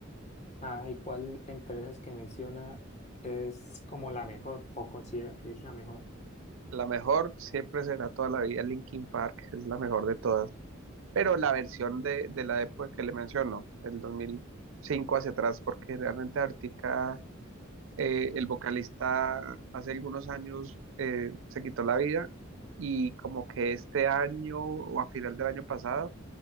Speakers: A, on the left; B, on the right.
A: Ah, ¿y cuál entre esas que menciona es como la mejor o considera que es la mejor?
B: La mejor siempre será toda la vida Linkin Park, es la mejor de todas. Pero la versión de, de la época que le menciono, del 2005 hacia atrás, porque realmente Arctica Eh, el vocalista hace algunos años eh, se quitó la vida y como que este año o a final del año pasado,